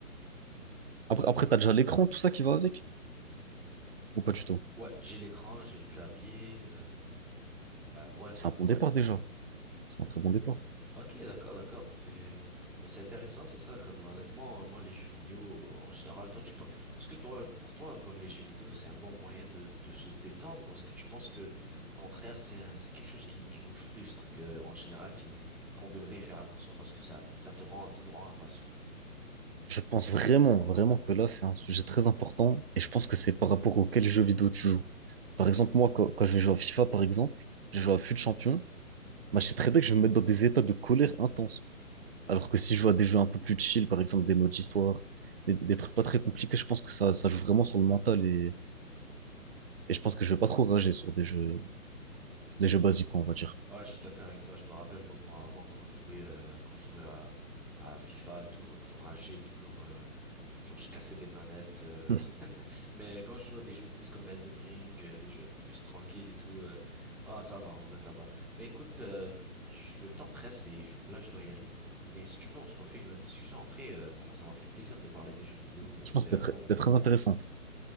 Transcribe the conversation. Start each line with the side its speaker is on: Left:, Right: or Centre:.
Right: Après, après t'as déjà l'écran, tout ça qui va avec, ou pas du tout?
Centre: Ouais, j'ai l'écran, j'ai le clavier. euh, euh, ouais,
Right: C'est
Centre: ouais.
Right: un bon Ouais. départ déjà, c'est un très bon départ.
Centre: Ok, d'accord, d'accord. C'est, mais c'est intéressant, c'est ça. Comme honnêtement, euh, moi, les jeux vidéo en général, toi, tu pe- est-ce que toi, pour toi, comme les jeux vidéo, c'est un bon moyen de, de se détendre, ou est-ce que tu penses que, au contraire, c'est un- c'est quelque chose qui, qui nous frustre, que en général, qui qu'on devrait faire attention parce que ça ça te rend ça nous rend impatients.
Right: Je pense vraiment, vraiment que là, c'est un sujet très important, et je pense que c'est par rapport auquel jeu vidéo tu joues. Par exemple, moi, quand, quand je vais jouer à FIFA, par exemple, je joue à FUT Champion, Moi, je sais très bien que je vais me mettre dans des états de colère intense. Alors que si je joue à des jeux un peu plus chill, par exemple des modes d'histoire, des, des trucs pas très compliqués, je pense que ça, ça joue vraiment sur le mental et, et je pense que je vais pas trop rager sur des jeux, des jeux basiques, on va dire.
Centre: Ouais, je suis d'accord avec toi. Je me rappelle, moi, moi, avant, quand je jouais, euh, quand je jouais à, à FIFA, toujours je rageais, toujours, euh, toujours je cassais des manettes. euh.
Right: Hum,
Centre: <laughs> Mais quand je joue à des jeux plus comme Elden Ring, euh, des jeux plus, plus tranquilles et tout, euh, ah, ça va, en vrai, ça va. Mais écoute, euh, je- le temps presse et je- là, je dois y aller. Mais si tu veux, on se refait une autre discussion après. euh, vraiment, ça m'a fait plaisir de parler des jeux vidéo. euh,
Right: Franchement,
Centre: c'était
Right: c'était
Centre: un
Right: très,
Centre: bon
Right: c'était
Centre: moment.
Right: très intéressant.